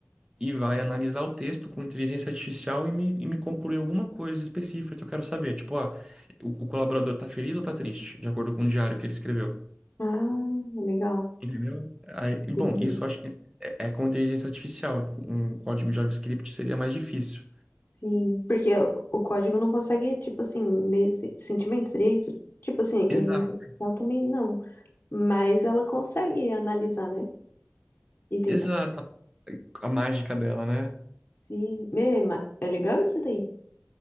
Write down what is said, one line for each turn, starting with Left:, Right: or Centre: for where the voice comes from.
Right: e vai analisar o texto com inteligência artificial e me, e me concluir alguma coisa específica que eu quero saber. Tipo, ah, o, o colaborador tá feliz ou tá triste, de acordo com o diário que ele escreveu.
Left: Ah, legal.
Right: Entendeu? Aí,
Left: Entendi.
Right: e, bom, isso eu acho que é, é com inteligência artificial. Com um código JavaScript seria mais difícil.
Left: Sim, porque o código não consegue, tipo assim, ler se- sentimento, seria isso? Tipo assim, a inteligência
Right: Exato.
Left: artificial também não, mas ela consegue analisar, né? E tentar
Right: Exato. A mágica dela, né?
Left: se... Mê, ma- É legal isso daí.